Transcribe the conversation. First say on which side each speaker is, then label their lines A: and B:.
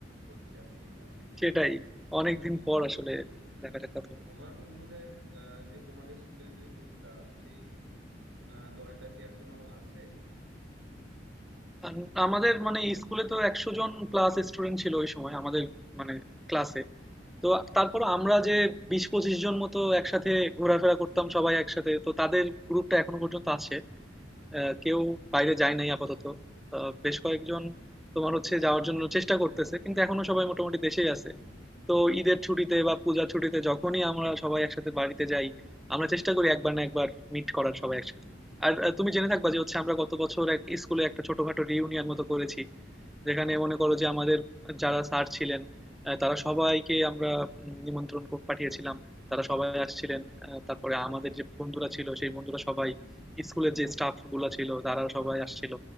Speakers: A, on the right; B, in the centre.
A: হচ্ছে এতদিন বাদে
B: সেটাই।
A: হ্যাঁ
B: অনেকদিন
A: তো
B: পর আসলে
A: হ্যাঁ
B: দেখা সাক্ষাৎ হলো।
A: তোমার বন্ধুদের আহ, যে তোমাদের স্কুলের যে গ্রুপটা সেই আহ, দলটা কি এখনো আছে
B: আন আমাদের মানে স্কুলে তো ১০০ জন ক্লাস স্টুডেন্ট ছিল ওই সময় আমাদের মানে ক্লাসে।
A: হুম
B: তো তারপর আমরা যে ২০-২৫ জন মতো একসাথে ঘোরাফেরা করতাম সবাই একসাথে। তো তাদের গ্রুপটা এখনো পর্যন্ত আছে।
A: আচ্ছা
B: আহ, কেউ বাইরে যায় নাই আপাতত আহ, বেশ কয়েকজন তোমার হচ্ছে যাওয়ার জন্য চেষ্টা করতেছে কিন্তু এখনো সবাই মোটামুটি দেশেই আছে তো ঈদের ছুটিতে বা পূজা ছুটিতে যখনই আমরা সবাই একসাথে বাড়িতে যাই আমরা চেষ্টা করি একবার না একবার মিট করার সবাই একসাথে আর আহ, তুমি জেনে থাকবা যে হচ্ছে আমরা গত বছর এক স্কুলে একটা ছোটখাটো রিউনিয়ন মতো করেছি যেখানে মনে করো যে আমাদের যারা স্যার ছিলেন আহ, তারা সবাইকে আমরা উম, নিমন্ত্রণ কো- পাঠিয়েছিলাম তারা সবাই আসছিলেন আহ, তারপরে আমাদের যে বন্ধুরা ছিল সেই বন্ধুরা সবাই স্কুলের যে স্টাফ গুলা ছিল তারা সবাই আসছিল